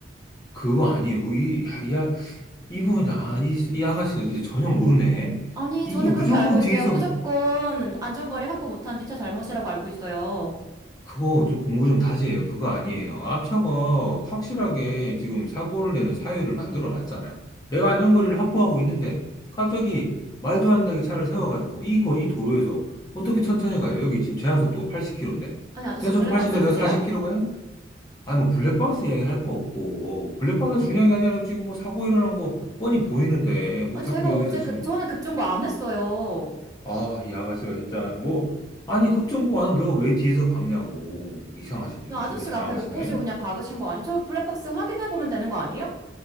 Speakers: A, on the left; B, on the right.
A: 그거 아니에요. 그, 이, 야, 이분, 아, 이, 이 아가씨가 진짜 전혀 모르네.
B: 아니,
A: 이게
B: 저는
A: 무조건
B: 그렇게 알고 있어요.
A: 뒤에서
B: 무조건 안전거리 확보 못한 뒷차 잘못이라고 알고 있어요.
A: 그거 좀 공부 좀 다시 해요. 그거 아니에요. 앞차가 확실하게 지금 사고를 내는 사유를 만들어 놨잖아요. 내가 안전거리를 확보하고 있는데 갑자기 말도 안 되게 차를 세워가지고 이, 거, 이 도로에서 어떻게 천천히 가요? 여기 지금 제한속도 80km인데.
B: 아니, 아저씨
A: 제한속도
B: 블랙박스
A: 80인데
B: 있으세요?
A: 내가 40km 가요? 아니 뭐 블랙박스 이야기 할 거 없고 블랙박스가 중요한 게 아니라 지금 뭐 사고 일어난 거 뻔히 보이는데 뭐
B: 아니,
A: 자꾸
B: 제가
A: 여기서
B: 언제
A: 지금
B: 급, 저는 급정거 안 했어요.
A: 아, 이 아가씨가 진짜 뭐 아니 급전공 안 하면 내가 왜 뒤에서 박냐고 이상하시네
B: 아저씨가
A: 이- 이상한
B: 앞에
A: 아가씨네.
B: 못 보시고 그냥 박으신 거 아니에요? 저 블랙박스 확인해보면 되는 거 아니에요?